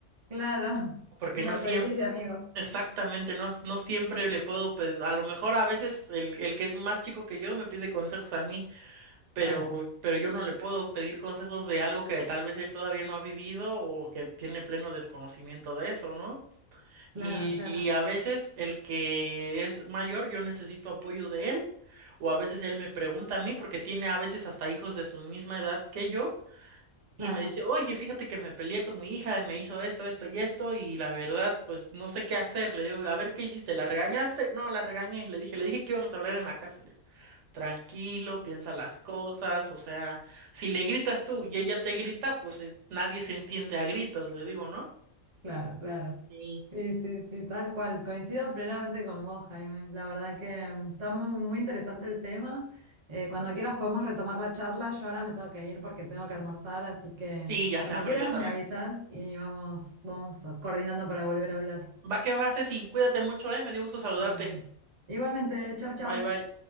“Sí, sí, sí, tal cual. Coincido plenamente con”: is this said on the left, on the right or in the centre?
Right